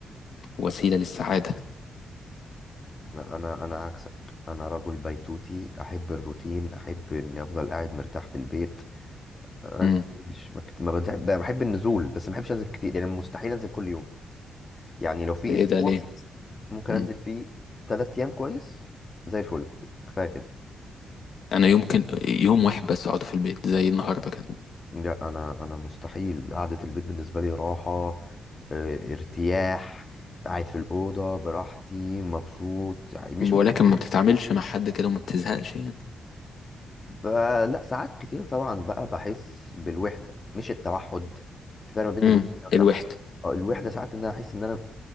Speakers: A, on the left; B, on the left.
A: وسيلة للسعادة
B: لا أنا أنا عكسك أنا رجل بيتوتي أحب الروتين أحب إني أفضل قاعد مرتاح في البيت أنا
A: مم.
B: مش ما كنت- ما بحب بحب النزول بس ما بحبش أنزل كتير يعني مستحيل أنزل كل يوم يعني لو في
A: إيه
B: أسبوع
A: ده ليه؟
B: ممكن
A: مم.
B: انزل فيه تلات ايام كويس زي الفل كفايه كده
A: أنا يمكن يوم واحد بس أقعد في البيت زي النهاردة كده
B: لا انا انا مستحيل قعده البيت بالنسبه لي راحه آه، ارتياح قاعد في الاوضه براحتي مبسوط يعني مش
A: ولكن
B: م... مش
A: ما بتتعاملش مع حد كده وما بتزهقش يعني
B: ب... لا ساعات كتير طبعا بقى بحس بالوحده مش التوحد في فرق ما بين
A: مم.
B: الوحده والتوحد
A: الوحدة
B: آه، الوحده ساعات ان انا احس ان انا